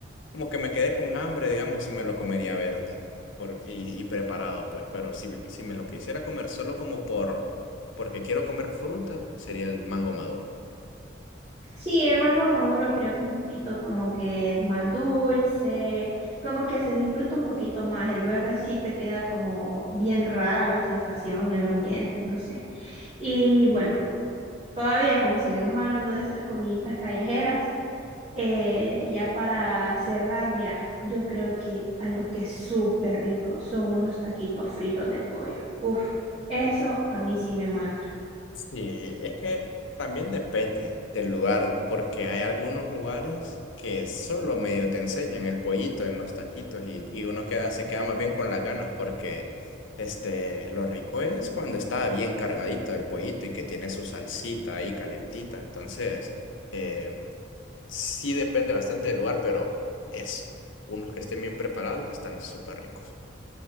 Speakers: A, on the left (about 75°); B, on the right (about 30°).
A: como que me quedé con hambre, digamos, si me lo comería verde por, y, y preparado, pues. Pero si, si me lo quisiera comer solo como por, porque quiero comer fruta, sería el mango maduro.
B: Sí, el mango maduro creo que es un poquito como que más dulce, como que se disfruta un poquito más. El verde sí te queda como bien rara la sensación en los dientes, no sé. Y bueno, todavía como seguimos hablando de estas comiditas callejeras, eh, ya para cerrar, mira, yo creo que algo que es súper rico son unos taquitos fritos de pollo. Uf, eso a mí sí me mata.
A: Sí, es que también depende del lugar, porque hay algunos lugares que solo medio te enseñan el pollito en los taquitos y, y uno queda, se queda más bien con las ganas porque este, lo rico es cuando está bien cargadito el pollito y que tiene su salsita ahí calentita. Entonces, em, sí depende bastante del lugar, pero es unos que estén bien preparados están súper ricos.